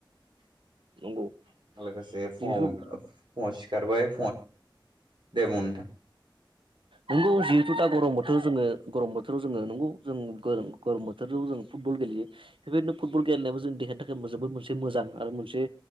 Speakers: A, on the right; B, on the right.
A: <inaudible>
B: नंगौ
A: लोगोसे फुङाव
B: जिहेथु
A: फुङाव सिखारबाय दे <inaudible> बुं नोंथां
B: नोंगौ जिहेथु दा गरम बोथोराव जोङो गरम बोथोराव जोङो नंगौ जों गरम बोथोराव जों फुटबल गेलेयो बेबायदिनो फुटबल गेलेनायाबो जोंनि देहानि थाखाय जोबोद मोनसे मोजां आरो मोनसे